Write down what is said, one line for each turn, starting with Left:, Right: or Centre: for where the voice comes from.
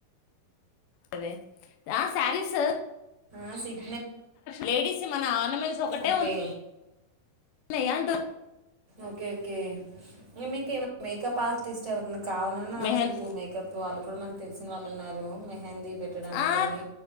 Left: అదే ఆ సారీస్
Right: ఆ సిగ్
Left: లేడీస్ మన ఆర్నమెంట్స్ ఒకటే
Right: ఓకే
Left: ఉంన్నయి అంటు
Right: ఓకే ఓకే ఏమిక ఏం మేకప్ ఆర్టిస్ట్ ఎవరన్న కావాలన్నా నాకు
Left: మెహన్
Right: చెప్పు మేకప్ వాళ్ళక్ గుడా మనకు తెలిసిన వాళ్ళు ఉన్నారు మెహెంది. పెట్టడానికి
Left: ఆ
Right: కానీ